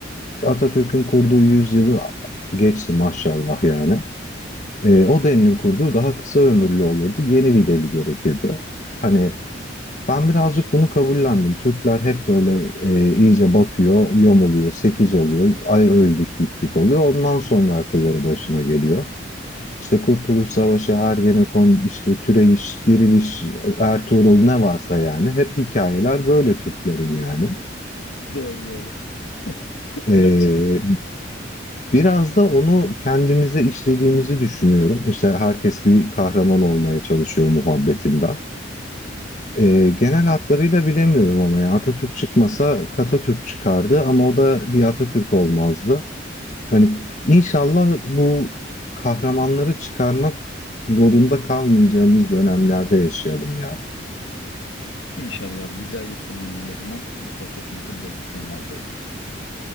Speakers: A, on the left; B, on the left.
A: İşte Atatürk'ün kurduğu yüzyılı geçti maşallah yani. Eee, o delinin kurduğu daha kısa ömürlü olurdu. Yeni bir deli gerekirdi. Hani ben birazcık bunu kabullendim. Türkler hep böyle, eee, iyice batıyor, yamuluyor, 8 oluyor, ay öldük bittik oluyor. Ondan sonra akılları başına geliyor. İşte Kurtuluş Savaşı, Ergenekon, işte Türeyiş, Diriliş, Ertuğrul ne varsa yani hep hikayeler böyle Türklerin yani.
B: Doğru doğru. <laughs> <laughs>
A: Ee,
B: Ertuğrul.
A: biraz da onu kendimize işlediğimizi düşünüyorum. İşte herkes bir kahraman olmaya çalışıyor muhabbetinden. Ee, genel hatlarıyla bilemiyorum ama yani Atatürk çıkmasa Katatürk çıkardı ama o da bir Atatürk olmazdı. Hani inşallah bu kahramanları çıkarmak zorunda kalmayacağımız dönemlerde yaşayalım ya.
B: İnşallah güzel bir temenniyle o zaman bu sohbetimizi burada sona erdirelim.